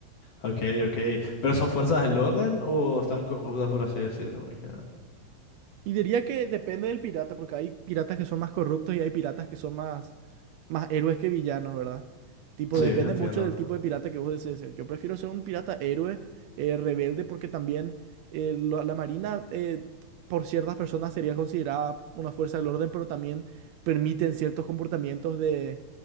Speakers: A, on the left; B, on the right.
A: Ok, ok. ¿Pero son fuerzas del orden o están corruptas, por así decirlo? Ok.
B: Y diría que depende del pirata, porque hay piratas que son más corruptos y hay piratas que son más, más héroes que villanos, ¿verdad? Tipo,
A: Sí,
B: depende
A: entiendo.
B: mucho del tipo de pirata que vos desees ser. Yo prefiero ser un pirata héroe, eh, rebelde, porque también eh, lo- la marina, eh, por ciertas personas, sería considerada una fuerza del orden, pero también permiten ciertos comportamientos de,